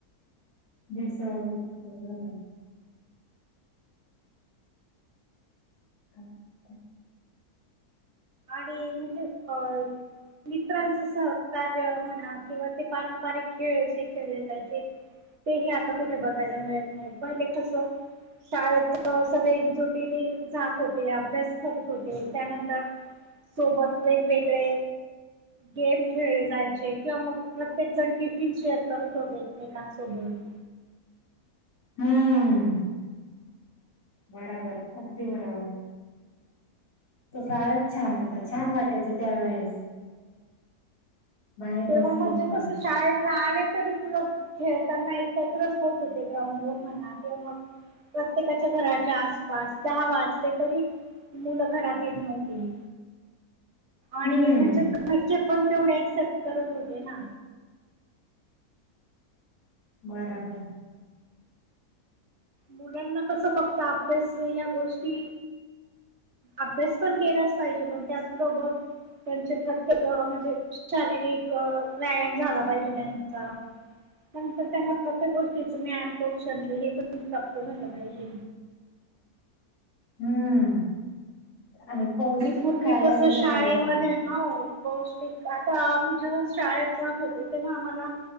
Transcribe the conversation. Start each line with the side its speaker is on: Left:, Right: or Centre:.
Left: बीसगर का. अम् <unintelligible>
Right: आणि म्हणजे अ. मित्रांच सहकार्य म्हणा किंवा ते पारंपरिक खेळ जे खेळले त्याचे. तेही आता कुठे बघायला मिळत नाही पहिले कसं. शाळेत सगळे एकजुटीने जात होते अभ्यास करत होते त्यानंतर. सोबत वेगवेगळे. गेम खेळले जायचे किंवा मग प्रत्येक जण टिफिन शेअर करत होते एकमेकांसोबत.
Left: हम्म बराबर अगदी बरोबर. तो काळच छान होता छान वाटायचा त्यावेेळेस. बाहेर
Right: तेव्हा
Left: बसवून
Right: मगजे
Left: पण
Right: कस शाळेतला आले. मु खेळताना एकत्रच होत होते ग्राउंड वर म्हणा किंवा मग. प्रत्येकाच्या घराच्या. पाच दहा वाजले तरी मुलं घरात येत नव्हते आणि
Left: हम्म
Right: म्हणजे घरचे पण तेवढे ऍक्सेप्ट करत होते ना
Left: बराबर
Right: मुलांना कसं फक्त अभ्यास या गोष्टी अभ्यास पण केलाच पाहिजे पण त्याचबरोबर त्यांचे प्रत्येक म्हणजे शारीरिक व्यायाम झाला पाहिजे त्यांचा नंतर त्यांना प्रत्येक गोष्टीच मी अन क्नलं हे पण प्रप्त झालं पाहिजे
Left: हम्म आणि पौष्टिक
Right: पूर्वी
Left: खायला
Right: कसं
Left: दिलं
Right: शाळेमध्ये
Left: पाहिजे
Right: हो पौष्टिक आता आम्ही जेव्हा शाळेत जात होतो तेव्हा आम्हाला.